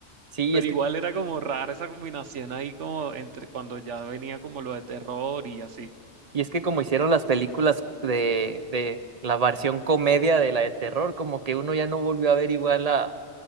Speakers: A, on the right (about 35°); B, on the right (about 75°).
A: sí,
B: Pero
A: es que
B: igual era como rara esa combinación ahí como entre cuando ya venía como lo de terror y así.
A: Y es que como hicieron las películas de, de la versión comedia de la de terror, como que uno ya no volvió a ver igual a,